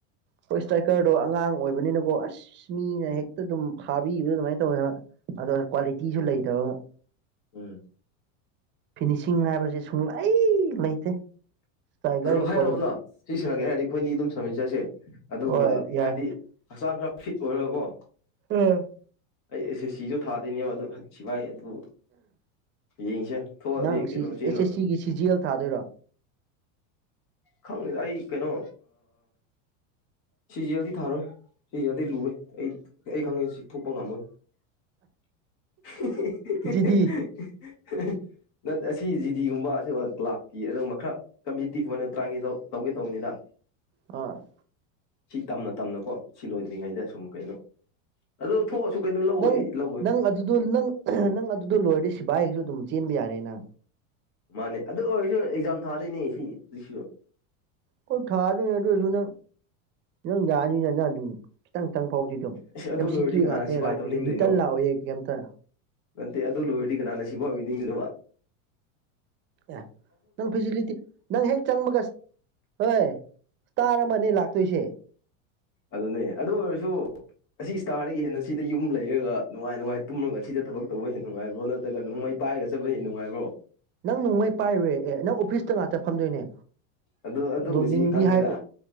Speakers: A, on the right; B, on the left.
A: ꯍꯣꯏ ꯏꯁꯇ꯭ꯔꯥꯏꯀꯔꯗꯣ ꯑꯉꯥꯡ ꯑꯣꯏꯕꯅꯤꯅꯀꯣ ꯑꯁ ꯃꯤꯅ ꯍꯦꯛꯇ ꯑꯗꯨꯝ ꯐꯥꯕꯤꯕꯗꯣ ꯑꯗꯨꯃꯥꯏꯅ ꯇꯧꯋꯦ ꯑꯗꯣ ꯀ꯭ꯋꯥꯂꯤꯇꯤꯁꯨ ꯂꯩꯇꯕ ꯑꯃ
B: ꯎꯝ
A: ꯐꯤꯅꯤꯁꯤꯡ ꯍꯥꯏꯕꯁꯦ ꯁꯨꯡꯂꯩ ꯂꯩꯇꯦ ꯏꯁꯇ꯭ꯔꯥꯏꯀꯔꯒꯤ
B: ꯑꯗꯨ ꯍꯥꯏꯔꯛꯑꯣꯅ
A: ꯀ꯭ꯋꯥꯂꯤꯇꯤ
B: ꯁꯤ ꯁꯅꯒꯦ ꯍꯥꯏꯔꯗꯤ ꯑꯩꯈꯣꯏꯅꯤ ꯑꯗꯨꯝ ꯁꯝꯃꯤꯟ ꯆꯠꯁꯦ ꯑꯗꯨꯒ
A: ꯍꯣꯏ ꯌꯥꯏ
B: ꯍꯥꯏꯕꯗꯤ ꯍꯛꯆꯥꯡ ꯈꯔ ꯐꯤꯠ ꯑꯣꯏꯔꯒꯀꯣ
A: ꯎꯝ
B: ꯑꯩꯁꯦ ꯁꯤꯁꯨ ꯊꯥꯗꯣꯏꯅꯦꯕ ꯑꯗꯨ ꯁꯤꯚꯏ ꯑꯗꯨ ꯌꯦꯡꯁꯦ ꯊꯣꯛꯑꯗꯤ
A: ꯅꯪ
B: ꯀꯩꯅꯣ
A: ꯁꯤ ꯑꯦꯁ
B: ꯆꯦꯟ
A: ꯑꯦꯁ
B: ꯃꯈ
A: ꯁꯤꯒꯤ ꯁꯤ ꯖꯤ ꯑꯦꯜ ꯊꯥꯗꯣꯏꯔꯣ
B: ꯈꯪꯉꯗ ꯑꯩ ꯀꯩꯅꯣ ꯁꯤ ꯌꯦꯦꯜꯗꯤ ꯊꯥꯔꯣꯏ ꯁꯤ ꯌꯦꯦꯜꯗꯤ ꯂꯨꯏꯦ ꯑꯩ ꯑꯩ ꯈꯪꯉꯦ ꯁꯤ ꯊꯣꯛꯄ ꯉꯝꯃꯣꯏ <unintelligible>
A: ꯖꯤꯗꯤ
B: ꯅꯠ ꯑꯁꯤ ꯖꯤꯗꯤꯒꯨꯝꯕ ꯑꯁꯤ ꯂꯥꯛꯀꯤ ꯑꯗꯨꯒꯕ ꯈꯔ ꯀꯝꯄꯤꯇꯤꯇꯤꯞ ꯑꯣꯏꯅ ꯇ꯭ꯔ ꯇꯧꯒꯦ ꯇꯧꯕꯅꯤꯗ
A: ꯑ
B: ꯁꯤ ꯇꯝꯅ ꯇꯝꯅꯀꯣ ꯁꯤ ꯂꯣꯏꯗ꯭ꯔꯤꯉꯩꯗ ꯁꯨꯝ ꯀꯩꯅꯣ ꯑꯗꯨ ꯊꯣꯛꯑꯁꯨ ꯀꯩꯅꯣ ꯂꯧꯋꯣꯏ
A: ꯅꯪ
B: ꯑꯩ ꯂꯧꯋꯣꯏ
A: ꯅꯪ ꯑꯗꯨꯗꯣ ꯅꯪ ꯅꯪ ꯑꯗꯨꯗꯣ ꯂꯣꯏꯔꯗꯤ ꯁꯤꯕꯥꯥꯏꯁꯨ ꯑꯗꯨꯝ ꯆꯦꯟꯕ ꯌꯥꯔꯦꯅ
B: ꯃꯥꯅꯦ ꯑꯗꯨ ꯑꯣꯏꯔꯁꯨ ꯑꯦꯛꯖꯥꯝ ꯊꯥꯗꯣꯏꯅꯦ ꯁꯤ ꯑꯗꯨꯁꯨ
A: ꯀꯣꯏ ꯊꯥꯗꯅꯦꯗꯁꯨ ꯅ ꯏ ꯌꯥꯗ ꯅꯅ ꯑꯗꯨ ꯈꯤꯇꯪꯇꯪ ꯐꯥꯎꯗꯤ ꯑꯗꯨꯝ
B: ꯑꯁ ꯑꯗꯨ
A: ꯑꯦꯝ
B: ꯂꯣꯏꯔꯗꯤ
A: ꯁꯤꯀ꯭ꯌꯨ
B: ꯀꯅꯥꯅ
A: ꯉꯥꯛꯇꯅꯦ
B: ꯁꯤꯐꯥꯏ
A: ꯂꯥꯛꯇꯣꯏꯁꯦ
B: ꯇꯧꯅꯤꯡꯗꯣꯏꯅꯣ
A: ꯔꯤꯇꯟ ꯂꯥꯛꯑꯣ ꯀꯩꯝꯇ
B: ꯅꯠꯇꯦ ꯑꯗꯨ ꯂꯣꯏꯔꯗꯤ ꯀꯅꯥꯅ ꯁꯤꯐꯥꯎ ꯑꯣꯏꯕꯤꯅꯤꯡꯗꯅꯣꯕ
A: ꯑꯦ ꯅꯪ ꯐꯦꯁꯤꯂꯤꯇꯤ ꯅꯪ ꯍꯦꯛ ꯆꯪꯕꯒ ꯍꯣꯏ ꯏꯁꯇꯥꯔ ꯑꯃꯅꯦ ꯂꯥꯛꯇꯣꯏꯁꯦ
B: ꯑꯗꯨꯅꯦ ꯑꯗꯨ ꯑꯣꯏꯔꯁꯨ ꯑꯁꯤ ꯏꯁꯇꯥꯔꯗꯒꯤ ꯍꯦꯟꯅ ꯁꯤꯗ ꯌꯨꯝ ꯂꯩꯔꯒ ꯅꯨꯡꯉꯥꯏ ꯅꯨꯡꯉꯥꯏꯅ ꯇꯨꯝꯃꯒ ꯁꯤꯗ ꯊꯕꯛ ꯇꯧꯕ ꯍꯦ ꯅꯨꯡꯉꯥꯏꯕ꯭ꯔꯣ ꯅꯠꯇ꯭ꯔꯒ ꯅꯨꯡ ꯃꯩ ꯄꯥꯏꯒ ꯆꯠ ꯍꯦ ꯅꯨꯡꯉꯥꯏꯕ꯭ꯔꯣ
A: ꯅꯪ ꯅꯣꯡꯃꯩ ꯄꯥꯏꯔꯨꯔꯦ ꯑꯦ ꯅꯪ ꯑꯣꯐꯤꯁꯇ ꯉꯥꯛꯇ ꯐꯝꯗꯣꯏꯅꯦ
B: ꯑꯗꯨ ꯑꯗꯨꯕꯨꯁꯤ
A: ꯑꯗꯣ ꯃꯤꯡꯗꯤ
B: ꯈꯪꯉꯤꯗ
A: ꯍꯥꯏꯕ